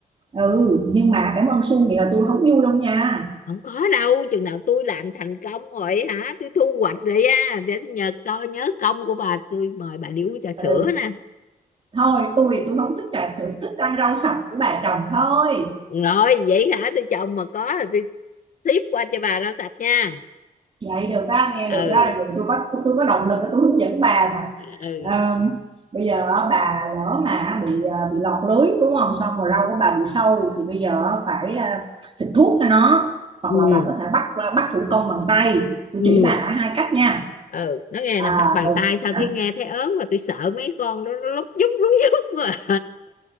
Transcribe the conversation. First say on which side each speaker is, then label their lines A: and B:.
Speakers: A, on the right (about 35°); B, on the left (about 60°).
A: ừ nhưng mà cảm ơn Xuân vậy là tôi không vui đâu nha
B: Không có đâu, chừng nào tôi làm thành công rồi hả, tôi thu hoạch rồi á, để tôi nhờ coi nhớ công của bà, tôi mời bà đi uống trà sữa
A: ừ,
B: nè.
A: thôi tôi tôi không thích trà sữa thích ăn rau sạch của bà chồng thôi
B: Rồi, vậy hả, tôi trồng mà có là tôi ship qua cho bà rau sạch nha.
A: vậy được á nghe
B: Ừ.
A: được á vậy tôi có tôi, có động lực để tôi hướng dẫn bà mà
B: Ừ.
A: Ờ, bây giờ á, bà lỡ mà bị à, bị lọt lưới đúng không xong rồi rau của bà bị sâu thì bây giờ á, phải à, xịt thuốc cho nó hoặc
B: ừ
A: là bà có thể bắt ờ, bắt thủ công bằng tay tôi
B: ừ
A: chỉ bà cả hai cách nha
B: ừ nó nghe
A: à
B: là bắt bằng
A: đầu
B: tay sao
A: hả
B: thấy nghe thấy ớn và tôi sợ mấy con nó, nó lúc nhúc lúc nhúc quá